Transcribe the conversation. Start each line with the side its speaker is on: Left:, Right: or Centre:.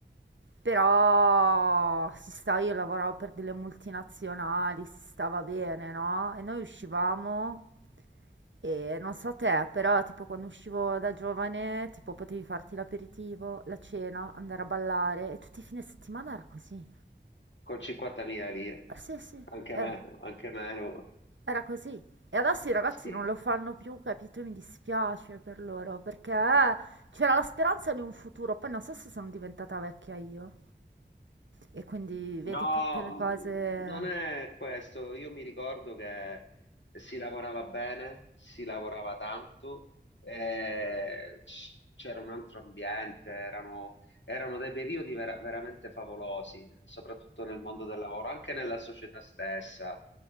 Right: però si sta, io lavoravo per delle multinazionali, si stava bene, no? E noi uscivamo e non so te, però tipo quando uscivo da giovane, tipo potevi farti l'aperitivo, la cena, andare a ballare e tutti i fine settimana era così.
Left: con 50.000 lire,
Right: Ah, Sì, sì,
Left: anche
Right: era.
Left: meno, anche meno,
Right: Era così. E adesso i ragazzi
Left: sì.
Right: non lo fanno più, capito? Mi dispiace per loro, perché c'era la speranza di un futuro, poi non so se sono diventata vecchia io. E quindi vedi
Left: No,
Right: tutte le cose...
Left: mh, non è questo. Io mi ricordo che si lavorava bene, si lavorava tanto, eh, c- c'era un altro ambiente, erano, erano dei periodi vera- veramente favolosi, soprattutto nel mondo del lavoro, anche nella società stessa.